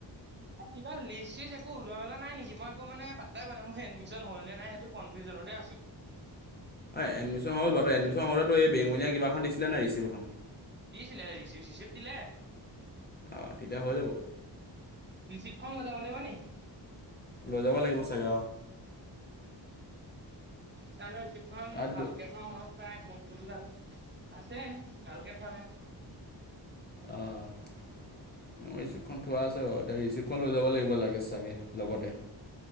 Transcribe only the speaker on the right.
এ কিবা লিষ্ট চিচ একো ওল মেল নাই নেকি মই একো মানে পাতাই পোৱা নাই মোৰ এডমিচন হল নাই সেইটো কনিফিওজন তে আছো
ডিচিলে ৰিচিপ দিলে
ঋচিভ খন লৈ যাব লাগিব নি-
ত যখন
ভালকে
থোৱা মনৰত- পাই ক'ত যা আছে ভালকে খালে।